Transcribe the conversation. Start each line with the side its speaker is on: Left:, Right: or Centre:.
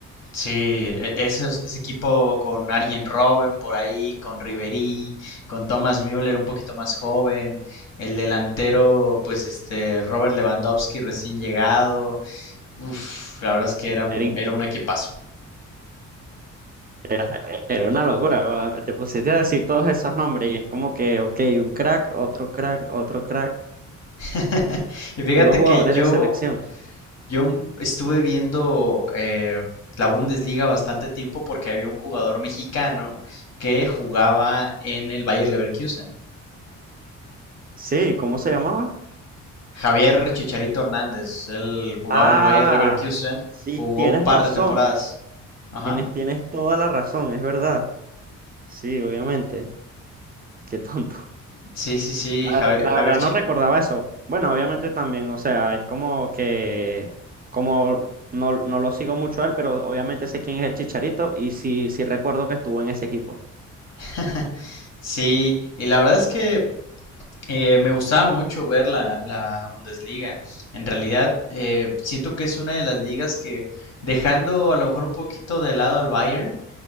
Left: Sí, e- ese, es- ese equipo con Arjen Robben por ahí, con Ribery, con Thomas Müller un poquito más joven, el delantero, pues este, Robert Lewandowski recién llegado. Uf, la verdad es que era un,
Right: Era in-
Left: era un equipazo.
Right: Era era una locura, te pusiste a decir todos esos nombres y es como que, ok, un crack, otro crack, otro crack,
Left: <laughs> Y fíjate
Right: puros jugadores
Left: que yo
Right: de selección.
Left: Yo estuve viendo eh, la Bundesliga bastante tiempo porque había un jugador mexicano que jugaba en el Bayer Leverkusen.
Right: Sí, ¿cómo se llamaba?
Left: Javier Chicharito Hernández. Él jugaba
Right: Ah,
Left: en el Bayer Leverkusen.
Right: sí,
Left: Jugó
Right: tienes
Left: un par
Right: razón,
Left: de temporadas. Ajá.
Right: tienes, tienes toda la razón, es verdad. Sí, obviamente, qué tonto.
Left: Sí, sí, sí.
Right: La verdad,
Left: Javi-
Right: la
Left: Javier,
Right: verdad
Left: Chich-
Right: no recordaba eso. Bueno, obviamente también, o sea, es como que, como no, no lo sigo mucho a él, pero obviamente sé quién es el Chicharito y sí, sí recuerdo que estuvo en ese equipo.
Left: <laughs> Sí. Y la verdad es que eh, me gustaba mucho ver la, la Bundesliga. En realidad, eh, siento que es una de las ligas que, dejando a lo mejor un poquito de lado al Bayern,